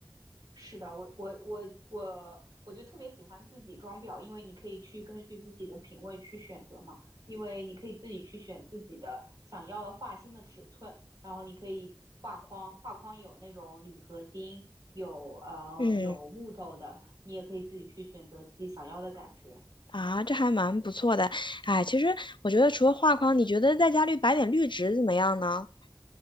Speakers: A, on the right; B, on the left.
A: 是的，我我我我我就特别喜欢自己装裱，因为你可以去根据自己的品味去选择嘛，因为你可以自己去选自己的想要的画心的尺寸，然后你可以画框，画框有那种铝合金，有呃有木头的，
B: 嗯，
A: 你也可以自己去选择自己想要的感觉。
B: 啊，这还蛮不错的。哎，其实我觉得除了画框，你觉得在家里摆点绿植怎么样呢？